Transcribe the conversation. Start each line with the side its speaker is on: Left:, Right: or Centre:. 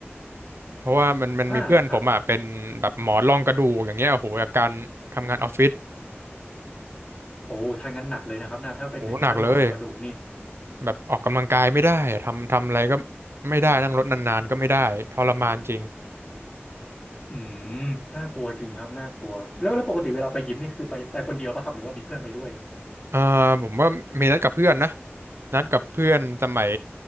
Right: เพราะว่ามันมันมีเพื่อนผมอ่ะเป็นแบบหมอรองกระดูกอย่างเงี้ยโอ้โหอาการทำงานออฟฟิศ
Left: อ่าครับโอ้ถ้างั้นหนักเลยนะครับนะถ้าเป็นถึงขั้นหมอรองกระดูกนี่
Right: โอ้โหหนักเลยแบบออกกำลังกายไม่ได้อะทำทำอะไรก็ไม่ได้นั่งรถนานๆก็ไม่ได้ทรมานจริง
Left: อืมน่ากลัวจริงครับน่ากลัวแล้วแล้วปกติเวลาไปยิมนี่คือไปไปคนเดียวป่ะครับหรือว่ามีเพื่อนไปด้วย
Right: อ่าผมว่ามีนัดกับเพื่อนนะนัดกับเพื่อนสมัย